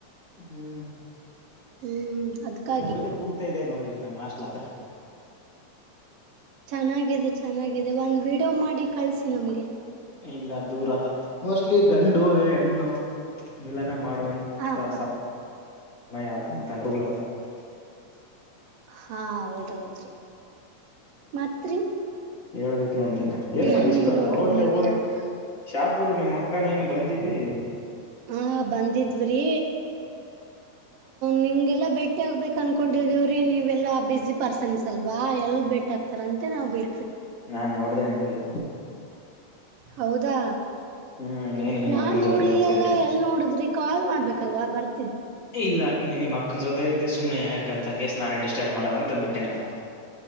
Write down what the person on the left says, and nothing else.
ಹ್ಮ್
ನಾವ್ ಇಲ್ಲಿ ಕೋಗ್ತಾ ಇದೆ ನೋಡಿ. ನಮ್ ಹಾಸ್ಟಲ್ ಅತ್ರ
ಇಲ್ಲ ದೂರದ ಮೋಸ್ಟ್ಲಿ ಗಂಡು ಹೆಣ್ಣು ಮಿಲ. ನ ಮಾಡುವಂತ
ಸಪ್ ಸಮಯ ಆದಂತ. <unintelligible>
ಹೇಳ್ಬೇಕು ನೋಡ ನೀನಾ ಏನ್ ಮಾಡಿ
ಇಷ್ಟ ಹೊತ್ತು
ಅವಾಗಲೇ
ಹೋಗಿ.
ಶಾಪೂರು ನಿಮ್ಮ ಅಕ್ಕ ನೀನು ಬಂದಿದ್ದಿ.
ನಾ ನೋಡ್ದ ನಿನಗೆ
ಹ್ಮ್ ನೀನು ನಿಮ್ಮ
ಅಕ್ಕನ
ಜೊತೆ ಹೋಗ್ತಿದ್ರಿ
ಇಲ್ಲ ನಿ ಮಕ್ಕ ಅಕ್ಕನ್ ಜೊತೆ ಇದ್ದೆ ಸುಮ್ನೆ ಯಾಕಂತ ಎಷ್ಟ ನಾನೇ ಡಿಸ್ಟರ್ಬ್ ಮಾಡೋದ ಅಂತ ಬಿಟ್ಟೆ ನಾನು